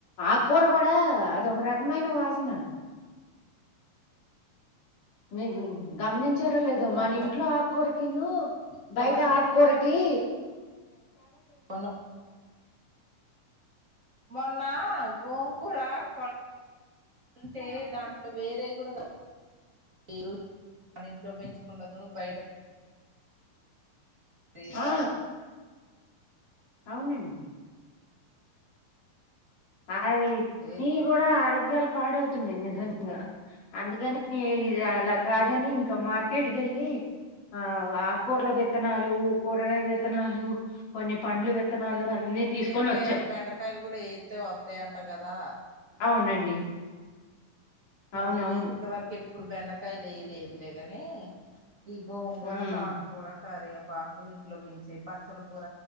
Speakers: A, on the left; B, on the right.
A: ఆకూర గుడా అది ఒక రకమైన వాసన మీకు గమని చేరలేదు
B: మంచి
A: మన ఇంట్లో ఆకురకిన్ను
B: పనే
A: బయట
B: మంచి పనే
A: ఆకురకి
B: మొన్న మొన్నా గోంగుర కొ అంటే దాంట్లో వేరేగుడుగా ఏరు మ ఇంట్లో పెంచుకున్నందు బయట సిన
A: ఆ
B: వాటికి
A: అవునండి అది
B: ఏ
A: నీ గుడా ఆరోగ్యాలు పాడవుతున్నాయి నిజంగా అందుకని <unintelligible> అలా కాదని ఇంకా మార్కెట్కి వెళ్ళి ఆవు ఆకూరల విత్తనాలు కూరగాయ విత్తనాలు కొన్ని పండ్లు విత్తనాలు అన్నీ తీసుకొని
B: పోయ
A: వచ్చా
B: ఆారు బెండకాయలు కూడా ఏత్తే వత్తాయంట గదా
A: అవునండి
B: మరి
A: అవునవును
B: నేనైతే ఇంతవరకు ఎప్పుడు బెండకాయలు్య లేదు లే గాని ఈ గోంగూర
A: ఉమ్,
B: తోటకర ారు పాకు ఇంట్లో పెంచిే బచ్చల కూర